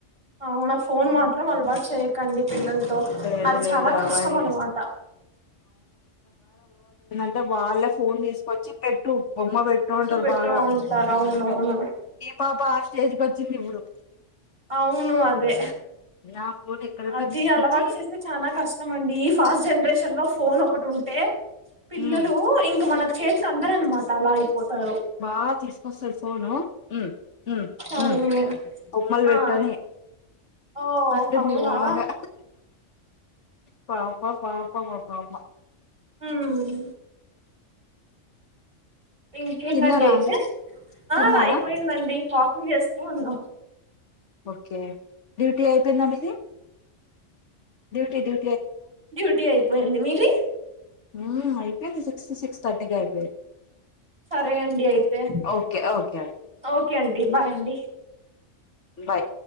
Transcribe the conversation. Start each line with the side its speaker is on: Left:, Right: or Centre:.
Right: అవునా ఫోన్ మాత్రం అల్వాట్ చేయ్యకండి పిల్లలతో
Left: లేదు
Right: అది
Left: లేదు
Right: చాలా
Left: అవాయిడ్
Right: కష్టం అన్నమాట
Left: చేస్త అంటే వాళ్ళే ఫోన్ తీసుకొచ్చి పెట్టు బొమ్మ పెట్టు అంటారు
Right: పెట్టు
Left: బాగా
Right: అంటారు అవునవును
Left: పాప ఆ స్టేజ్కి వచ్చింది ఇప్పుడు
Right: అవును అదే
Left: నా ఫోన్ ఎక్కడున్నా
Right: అది
Left: తీసుకొచ్చి
Right: అలవాటు చేస్తే చానా కష్టం అండి. ఈ ఫాస్ట్ జనరేషన్ లో ఫోన్ ఒకటి ఉంటే పిల్లలు
Left: ఉమ్
Right: ఇంక మనకు చేతికి అందరు అనమాట అలా అయిపోతారు
Left: బాగ తీసుకొస్తారు ఫోను ఉ ఉ
Right: అవును
Left: ఉ బొమ్మలు పెట్టని
Right: ఆ ఓ
Left: అంటుంది
Right: అవునా
Left: బాగా పాప పాపం ఆ పాప
Right: హుమ్ ఇంకేంటండి
Left: తిన్నారా
Right: అయితే
Left: అండి తిన్నారా
Right: ఆ అయిపోయిందండి. సాఫ్ పని చేసుకో అన్నా
Left: ఓకే డ్యూటీ అయిపోయిందమీది డ్యూటీ డ్యూ
Right: డ్యూటీ అయిపోయింది మీది
Left: ఆ అయిపోంది సిక్స్ సిక్స్ థర్టీకె అయిపో
Right: సరే అండి అయితే
Left: ఓకే ఓకే
Right: ఓకే అన్ బాయ్ అండీ
Left: బాయ్